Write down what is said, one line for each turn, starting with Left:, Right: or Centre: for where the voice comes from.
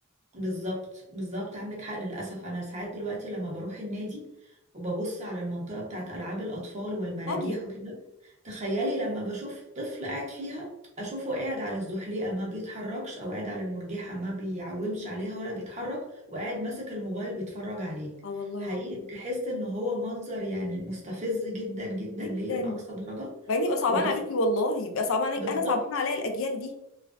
Right: بالظبط بالظبط عندك حق للأسف أنا ساعات دلوقتي لما بروح النادي وببص على المنطقة بتاعت ألعاب الأطفال والمراجيح
Left: فاضيه
Right: وكده تخيلي لما بشوف طفل قاعد فيها أشوفه قاعد على الزحليقة ما بيتحركش أو قاعد على المرجحة ما بيعومش عليها ولا بيتحرك وقاعد ماسك الموبايل بيتفرج عليه
Left: اه والله
Right: حقيقي
Left: العظيم
Right: بحس إن هو منظر يعني مستفز جدا جدا
Left: جدا
Right: ليا لأقصى درجة
Left: بعدين يبقى صعبان
Right: وبس
Left: عليكي والله يبقى صعبان عليك
Right: بالظبط
Left: انا صعبان عليا الاجيال دي